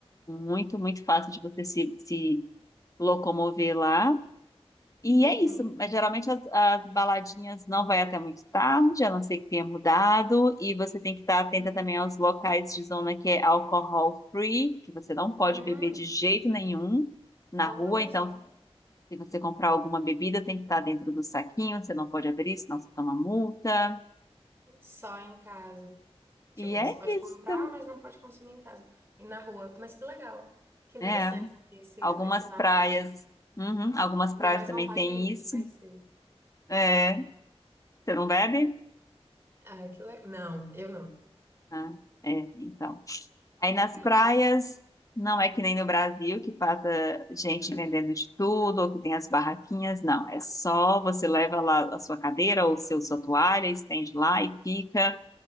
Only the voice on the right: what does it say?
uhum.
Hum,
olha
só.
Só em casa. Tipo,
você
pode comprar,
mas não pode consumir em casa. E na rua. Mas que legal. Que interessante
esse,
esse lado.
da Áustria.
Deu
mais
vontade
ainda
de conhecer.
Ah, que legal. Não, eu não.
Mas,